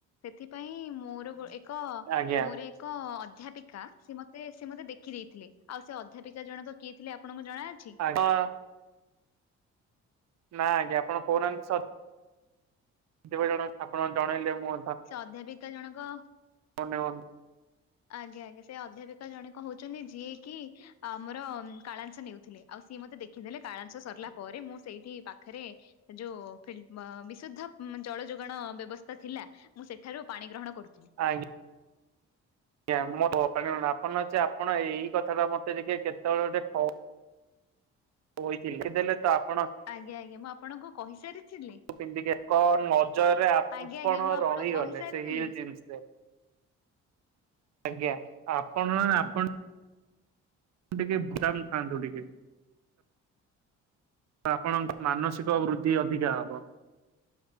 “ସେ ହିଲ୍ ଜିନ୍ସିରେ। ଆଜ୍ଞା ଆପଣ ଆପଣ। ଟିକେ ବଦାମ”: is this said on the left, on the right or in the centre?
Right